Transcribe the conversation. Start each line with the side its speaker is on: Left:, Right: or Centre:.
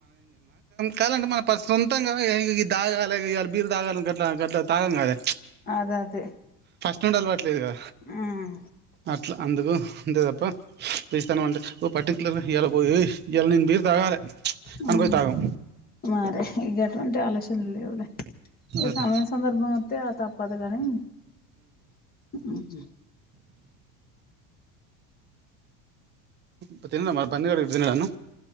Right: కాలండి మనం పస్స్ సొంతంగా ఇగ ఇది దాగాలే ఇయల బీరు తాగాలని గట్ల గట్ల తాగంగదె.
Left: అద అదే
Right: తుండల్ వట్ల్ లేదుగద
Left: మ్
Right: అట్ల అందుకు ఎంతేదప్ప పిస్తాను అంటే ఓ పర్టిక్యులర్ ఇయల <unintelligible> ఇయల నేను బీరు తాగాలే
Left: ఆ
Right: అని పోయి తాగం
Left: మరే ఇక అటువంటి ఆలోస్నల్ లేవులే, ఇక
Right: అది
Left: సమయం సందర్భం వత్తే ఆ తప్పదు కాని, ఉహు
Right: తి తిందమ పంన్నిగడు <unintelligible> నన్ను